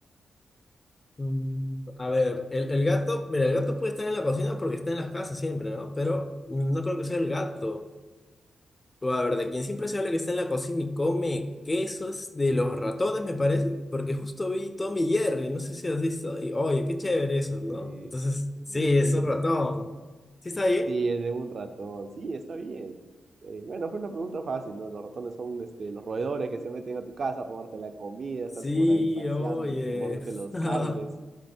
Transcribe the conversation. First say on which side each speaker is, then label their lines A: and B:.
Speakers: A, on the left; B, on the right.
A: Mm, A ver, el, el gato, mira, el gato puede estar en la cocina porque está en las casas siempre, ¿no? Pero mm, no creo que sea el gato. Pero, a ver, de quien siempre se habla que está en la cocina y come quesos de los ratones, me parece, porque justo vi Tommy y Jerry, no sé si has visto, y oye, qué chévere eso, ¿no?
B: Sí,
A: Entonces,
B: es
A: sí, es
B: demasiado.
A: un ratón. ¿Sí está ahí?
B: Sí, es de un ratón. Sí, está bien. Sí, Bueno, fue una pregunta fácil, ¿no? Los ratones son este, los roedores que se meten a tu casa a robarte la comida,
A: Sí,
B: estar por ahí paseándose,
A: oye.
B: a morderte los
A: <laughs>
B: cables.